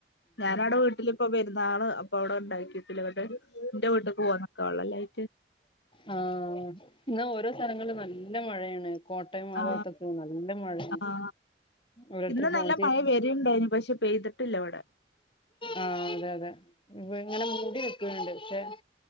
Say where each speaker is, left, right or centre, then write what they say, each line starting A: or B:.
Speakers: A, on the left; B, on the left.
A: ഞാനവിടെ വീട്ടിലിപ്പൊ പെരുന്നാള് അപ്പൊ അവിടെ <unintelligible> ഇല്ല ഇവിടെ ഇന്റെ വീട്ടീക്ക് പോന്നക്ക വെള്ളല്ലായി
B: ആ ഇന്ന ഓരോ സ്ഥലങ്ങളുംനല്ല നല്ല മഴയാണ് കോട്ടയം
A: ആ
B: ഭാഗത്തൊക്കെ നല്ല മഴയാണ്
A: ആ
B: ഓരോരുത്തർ
A: ഇന്ന്
B: ഫോൺ
A: നല്ല മഴ വരീണ്ടായിന് പക്ഷെ പെയ്തിട്ട <unintelligible> ഇല്ലെവിടെ
B: ആ അതെ അതെ ഇവെ ഇങ്ങനെ മൂടി നികീണ്ട് പക്ഷെ